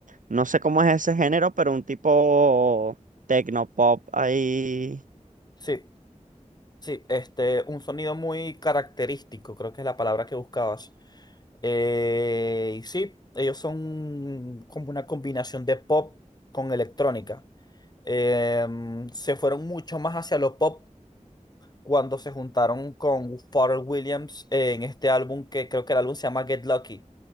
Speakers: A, on the right (about 80°); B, on the left (about 30°).
A: no sé cómo es ese género, pero un tipo tecnopop ahí.
B: Sí, sí, este, un sonido muy característico, creo que es la palabra que buscabas. Eh, y sí, ellos son como una combinación de pop con electrónica. em, se fueron mucho más hacia lo pop cuando se juntaron con Pharrell Williams en este álbum que creo que el álbum se llama Get Lucky,